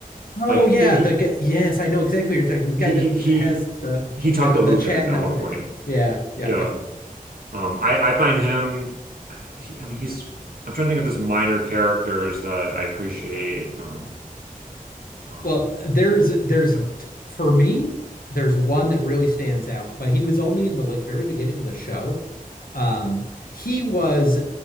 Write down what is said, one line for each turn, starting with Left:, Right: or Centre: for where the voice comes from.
Left: oh
Right: Like
Left: yeah,
Right: he
Left: the guy, yes, I know exactly what you're talking. The guy
Right: he he
Left: that
Right: he,
Left: has the
Right: he talked
Left: the the
Right: to Luthen
Left: chat in the
Right: at
Left: elevator.
Right: one point.
Left: Yeah, yeah,
Right: Yeah.
Left: yeah.
Right: Um, I I find him. I mean, he, I mean, he's. I'm trying to think of just minor characters that I appreciate. Um, um,
Left: Well, there's there's
Right: no.
Left: for me, there's one that really stands out, but he was only in the like very beginning of the show. Um, he was